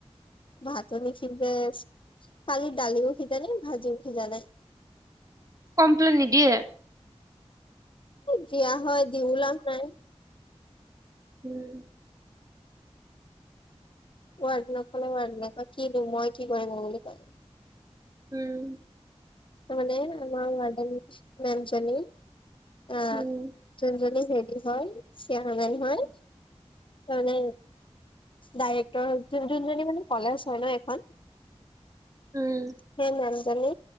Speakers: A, on the left; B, on the right.
A: ভাতো নিসিজে কালি দালিও সিজা নাই ভাজিও সিজা নাই।
B: কমপ্লেইন নিদিয়ে?
A: দিয়া হয় দিও লাভ নাই।
B: উম <inaudible>
A: ৱাৰ্ডেনক কলে ৱাৰ্ডেনে কয় কিনো মই কি কৰিম বুলি কয়।
B: উম।
A: মানে আমাৰ ৱাৰ্ডেন মেমজনী অ'
B: উম
A: যোনজনী হেৰি হয় চেয়াৰমেন হয় মানে ডাইৰেক্টৰ মানে যোনজনীমানে কলেজ হয় ন' এখন
B: উম
A: হে মানুহ জনী